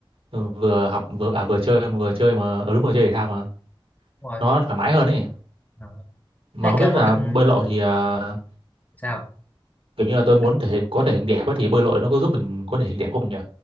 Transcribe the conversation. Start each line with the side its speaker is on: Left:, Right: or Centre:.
Right: ừ, vừa học vừa à vừa chơi vừa chơi mà ở đúng rồi chơi thể thao mà
Left: đúng rồi
Right: nó thoải mái hơn ấy
Left: Ờ.
Right: mà
Left: thế
Right: không
Left: kêu
Right: biết
Left: ông
Right: là
Left: có kinh
Right: bơi lội thì ờ,
Left: sao
Right: kiểu như là tôi
Left: Ừ.
Right: muốn thể có thể hình đẹp ấy, thì bơi lội nó có giúp mình có thể hình đẹp không nhỉ